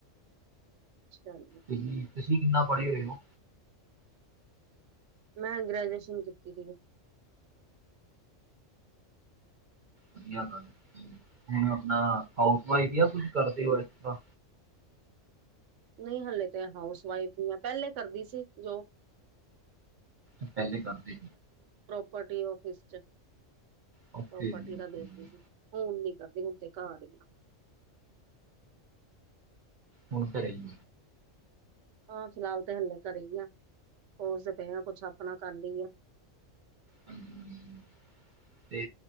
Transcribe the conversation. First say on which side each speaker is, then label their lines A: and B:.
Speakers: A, on the right (about 70°); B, on the right (about 50°).
A: <unintelligible>
B: ਤੁਸੀਂ ਤੁਸੀਂ ਕਿੰਨਾ ਪੜੀ ਹੋਏ ਹੋ
A: ਮੈਂ ਗੈਜੂਏਸ਼ਨ ਕੀਤੀ ਦੀਏ
B: ਵਧੀਆ ਗੱਲ ਹੁਣ ਆਪਣਾ ਹਾਊਸ ਵਾਇਫ ਜਾਂ ਕੁਛ ਕਰਦੇ ਹੋ ਇਸ ਤਰ੍ਹਾਂ
A: ਨਹੀਂ ਹਲੇ ਤੇ ਹਾਊਸ ਵਾਈਫ ਨ ਆ ਪਹਿਲੇ ਕਰਦੀ ਸੀ ਜੋਬ
B: ਪਹਿਲੇ ਕਰਦੇ
A: ਵਡੇ ਆਫਿਸ ਚ
B: ਓਕੇ
A: ਪ੍ਰੋਪਰਟੀ
B: ਜੀ
A: ਦਾ
B: ਓਕੇ
A: ਦੇਖਦੇ
B: ਜੀ
A: ਸੀ ਹੁਣ ਨੀ ਤੇ ਹੁਣ ਤੇ ਘਾਰ ਹੀ
B: ਹੁਣ ਘਰੇਈ
A: ਆਹ ਸ਼ਰਾਬ ਤੇ ਹਲੇ ਘਰੇ ਹੀ ਆ ਸੋਚਦੇ ਪਏ ਆ ਕੁਛ ਆਪਣਾ ਕਰ ਲਈ ਆ <inaudible>
B: ਹਾਂਜੀ ਹਾਂਜੀ ਤੇ